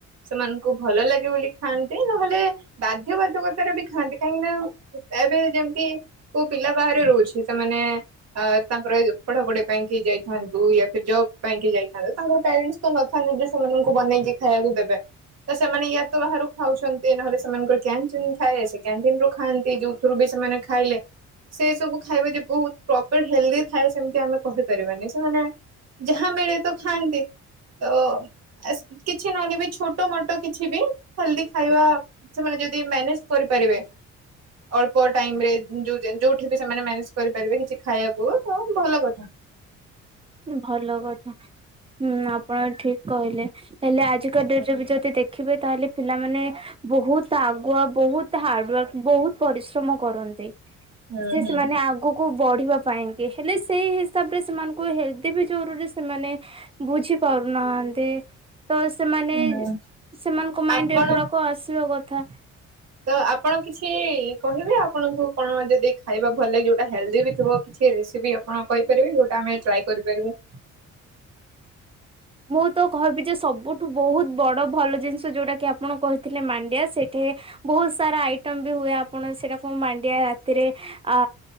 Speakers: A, on the right; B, on the right.
A: ସେମାନଙ୍କୁ ଭଲ ଲାଗେ ବୋଲି ଖାଆନ୍ତି। ନହେଲେ ବାଧ୍ୟବାଧକତାରେ ବି ଖାଆନ୍ତି କାହିଁକି ନା ଏବେ ଯେମିତି କୋଉ ପିଲା ବାହାରୁ ରହୁଚି। ସେମାନେ ଆ ତାଙ୍କର ପଢାପଢି ପାଇଁକି ଯାଇଥାନ୍ତୁ। ୟା ଫିର ଜବ ପାଇଁକି ଯାଇଥାନ୍ତୁ। ତାଙ୍କର ପ୍ୟାରେଣ୍ଟସ୍ ତ ନଥାନ୍ତି ଯେ ସେମାନଙ୍କୁ ବନେଇକି ଖାଇବାକୁ ଦେବେ। ତ ସେମାନେ ୟା ତ ବାହାରୁ ଖାଉଚନ୍ତି ନହେଲେ ସେମାନଙ୍କର କ୍ୟାଣ୍ଟିନ ଥାଏ ସେ କ୍ୟାଣ୍ଟିନ ରୁ ଖାଆନ୍ତି। ଯୋଉ ଥୁରୁ ବି ସେମାନେ ଖାଇଲେ ସେ ସବୁ ଖାଇବା ଯେ ବହୁତ ପ୍ରପର ହେଲ୍ଦି ଥାଏ ସେମତି ଆମେ କହିପାରିବାନି ସେମାନେ ଯାହା ମିଳେ ତ ଖାଆନ୍ତି। ତ ଆସ୍ କିଛି ନହେଲେ ବି ଛୋଟ ମୋଟ କିଛି ବି ହେଲ୍ଦି ଖାଇବା ସେମାନେ ଯଦି ମ୍ୟାନେଜ କରିପାରିବେ ଅଳ୍ପ ଟାଇମରେ ଯୋଉ-ଯୋଉଠି ଯଦି ସେମାନେ ମ୍ୟାନେଜ କରିପାରିବେ କିଛି ଖାଇବାକୁ ତ ଭଲ କଥା।
B: ଭଲ କଥା। ହୁଁ ଆପଣ ଠିକ କହିଲେ ହେଲେ ଆଜିକା ଡେଟ ରେ ବି ଯଦି ଦେଖିବେ ତାହେଲେ ପିଲାମାନେ ବହୁତ ଆଗୁଆ ବହୁତ ହାର୍ଡାୱାର୍କ ବହୁତ ପରିଶ୍ରମ କରନ୍ତି।
A: ହୁଁ
B: ସେ
A: ହୁଁ
B: ସେମାନେ ଆଗକୁ କୁ ବଢିବା ପାଇଁ କି ହେଲେ ସେ ସେଇ ହିସାବ ରେ ସେମାନଙ୍କୁ ହେଲ୍ଦ ବି ଜରୁରୀ ସେମାନେ ବୁଝି ପାରୁନାହାନ୍ତି। ତ ସେମାନେ
A: ହୁଁ।
B: ସେମାନଙ୍କ ମାଇଣ୍ଡରେ
A: ଆପଣ
B: ଏଗୁଡାକ ଆସିବା କଥା।
A: ତ ଆପଣ କିଛି କହିବେ ଆପଣଙ୍କୁ କଣ ଯଦି ଖାଇବା ଭଲ ଲାଗେ ଯୋଉଟା ହେଲ୍ଦି ବି ଥିବ? କିଛି ରେସିପି ଆପଣ କହିପାରିବେ ଯୋଉଟା ଆମେ ଟ୍ରାଏ କରିପାରିବୁ?
B: ମୁଁ ତ କହିବି ଯେ ସବୁଠୁ ବହୁତ ବଡ଼ ଭଲ ଜିନିଷ ଯୋଉଟାକି ଆପଣ କହିଥିଲେ ମାଣ୍ଡିଆ। ସେଇଠି ବହୁତ ସାରା ଆଇଟମ ବି ହୁଏ ଆପଣ ସେଟାକୁ ମୁଁ ମାଣ୍ଡିଆ ରାତିରେ ଆ